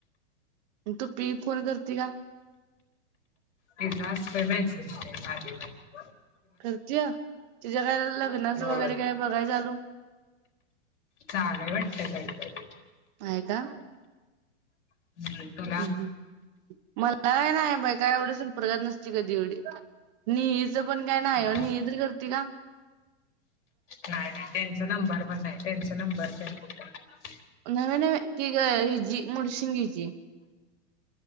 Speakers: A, on the right; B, on the left.
A: तूपी फोन करती का?
B: तिचा असतोय मॅसेज आधी - <inaudible>
A: करत्यात, तिच्या काय लग्नाचं
B: होय
A: वगैरे काय बघायच चालू?
B: चालू आहे वाटतं काहीतरी
A: आहे का?
B: <unintelligible>
A: हम्म मला नाही बाई काय एवढी संपर्कात नसती कधी एवढी. निहीच पण काय नाही,
B: हा
A: निहीतरी करती का?
B: नाही नाही. तेनचा नंबर पण नाही तेनचं नंबर तरी कुठाय.
A: नव्हे नव्हे ती गं हिजी मुडशिंगीची.